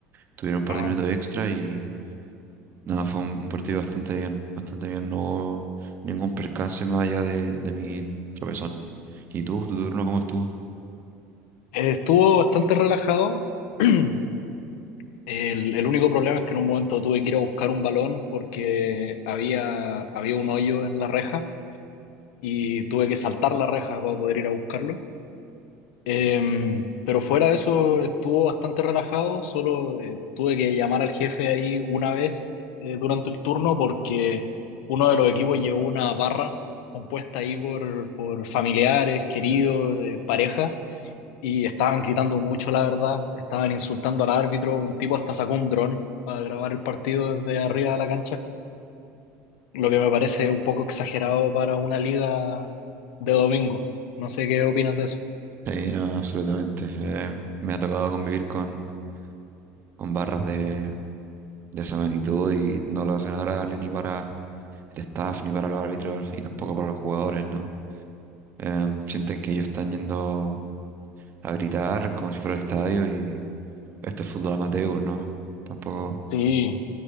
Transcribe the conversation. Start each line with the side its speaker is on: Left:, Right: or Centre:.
Right: tuvieron un par
Left: Ah,
Right: de minutos extra y nada, fue un, un partido bastante bien, bastante bien. No hubo ningún percance más allá de, de mi tropezón. ¿Y tú, tu turno cómo estuvo?
Left: eh, estuvo bastante relajado. <clears throat> El, el único problema es que en un momento tuve que ir a buscar un balón porque había, había un hoyo en la reja y tuve que saltar la reja para poder ir a buscarlo. Em, pero fuera de eso estuvo bastante relajado, solo eh, tuve que llamar al jefe ahí una vez eh, durante el turno porque uno de los equipos llevó una barra compuesta ahí por, por familiares, queridos, eh, pareja, y estaban gritando mucho, la verdad, estaban insultando al árbitro, un tipo hasta sacó un dron para grabar el partido desde arriba de la cancha, lo que me parece un poco exagerado para una liga de domingo. No sé qué opinas de eso.
Right: Sí, no, absolutamente. Eh, me ha tocado convivir con con barras de, de esa magnitud y no lo hacen agradable ni para el staff, ni para los árbitros y tampoco para los jugadores, ¿no? Em, sienten que ellos están yendo a gritar como si fuera el estadio y esto es fútbol amateur, ¿no? Tampoco
Left: Sí,